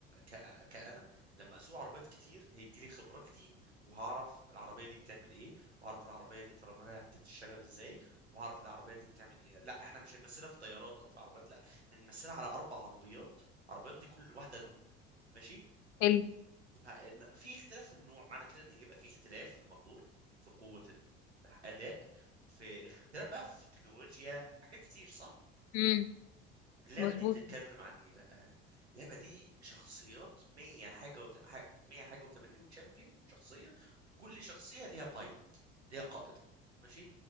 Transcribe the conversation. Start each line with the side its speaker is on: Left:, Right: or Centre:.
Right: ك... كأنا لما اسوق عربيات كتير هيجي لي خبرة كتير وهعرف العربية دي بتعمل ايه وهعرف العربية دي فراملها بتشتغل ازاي وهعرف العربية دي بتعمل ايه لا احنا مش هنمثلها في طيارات او في عربيات لا هنمثلها على اربع عربيات عربيات دي كل واحدة نوع ماشي
Left: حلو
Right: ه- إن- في اختلاف في النوع معنى كده ان هيبقى في اختلاف في الموتور في قوة الأداء في اختلاف بقى في التكنولوجيا في حاجات كتير صح؟
Left: امم
Right: اللعبة
Left: مظبوط
Right: دي بتتكلم عن ايه بقى؟ اللعبة دي شخصيات 100 حاجة وت... ح- 100 حاجة و80 تشامبيون شخصية كل شخصية ليها بايلوت ليها قائدة ماشي؟